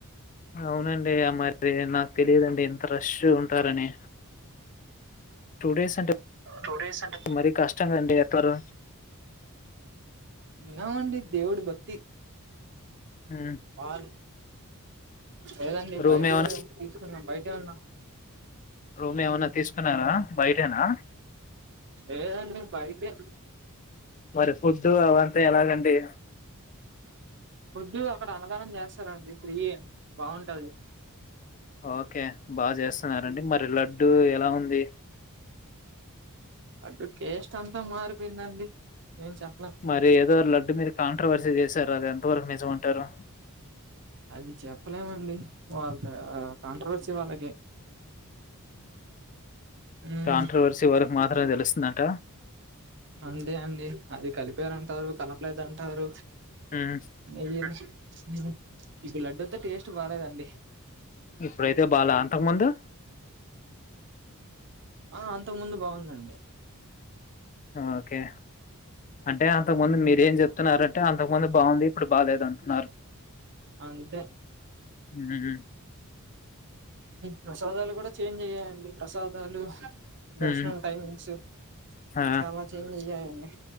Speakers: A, on the left (about 35°); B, on the right (about 55°).
A: అవునండి మరి నాకు తెలియదుండి ఇంత ర్రెష్ ఉ ంటారనే టూ డేస్ అంటే
B: టూ డేస్ అంటే
A: మరీ కష్టంగా అండి ఎప్పరు
B: నావండి దేవుడు భక్తి
A: హ్మ్
B: వా లేదండి
A: రూమ్
B: బయటే
A: ఏమన్నా
B: తీసుకున్నాం బయటే ఉన్నాం
A: రూమ్ ఏమన్నా తీసుకున్నారా బయటేనా
B: ఏదండి బైకి
A: మరి ఫుడ్ అవ తే ఏళ్ళకండి
B: ఫుడ్డు అక్కడ అన్నదానం చేస్తారంండి ఫ్రీ బాగుంటంది
A: ఓకే బాగా చేస్తున్నారండి మరి లడ్డు ఎలా ఉ ది
B: అడు కేస్ట్ అంతా మారిపోయిందండి ఏం చెప్పలేం
A: మరి ఏదో అల అ మీరు కాంట్రవర్సీ చేశారు అది ఎంత వరకు నిజమ అంటారు
B: అది చెప్పలేమండి వాళ్ళ కాంట్రవర్సీ వాళ్ళకి మ్మ్
A: కాంట్రవర్సి వరకు మాత్ర మే తెలుస్తుందట
B: అందే అండి అది కలిపారుంటారు కలపలేదంటారు
A: ఉమ్,
B: న మ్ ఇప్పు లడ్డూతో టేస్ట్ బాలలేదండి
A: ఇప్పుడైతే బాాల అంతకు ముందు
B: ఆ అంతకు ముందు బాగుందండి
A: ఓకే అంటే అంతకుముందు
B: మ్మ్
A: మీరేం చెప్తున్నారంట అంటే అంతకుముందు బాగుంది ఇప్పుడు బాలేదు అంటున్నారు
B: అంతే
A: మ్
B: ప్రసాదాలు కూడా చేంజ్ అయ్యాయి ప్రసాదాలు దర్శనం
A: ఉమ్,
B: టైమింగ్స్
A: ఆ,
B: చాలా చేంజ్ అయ్యాయండి